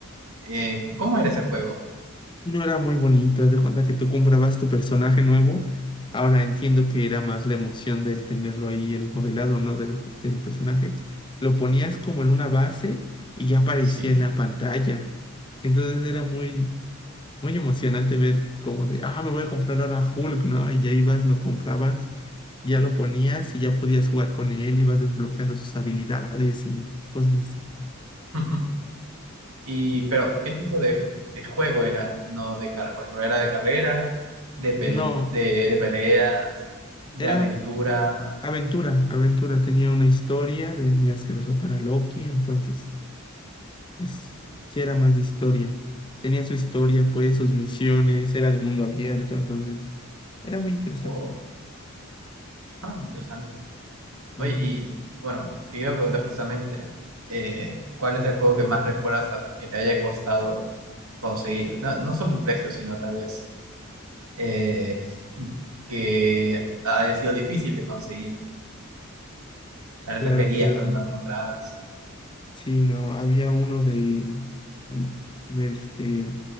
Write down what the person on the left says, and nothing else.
No era muy bonito, haz de cuenta que tú comprabas tu personaje nuevo. Ahora entiendo que era más la emoción del tenerlo ahí el modelado, ¿no? Del, ju- del personaje. Lo ponías como en una base y ya aparecía
en la pantalla. Entonces era muy, muy emocionante ver como de, ah, me voy a comprar ahora Hulk, ¿no? Y ya ibas, lo comprabas, ya lo ponías y ya podías jugar con él, ibas desbloqueando sus habilidades y cosas así.
No,
era
Aventura, Aventura tenía una historia, tenías que derrotar a Loki, entonces, pues sí era más de historia. Tenía su historia, pues, sus misiones, era de mundo abierto, entonces era muy interesante.
Sí,
claro,
claro.
Sí, no, había uno de l- este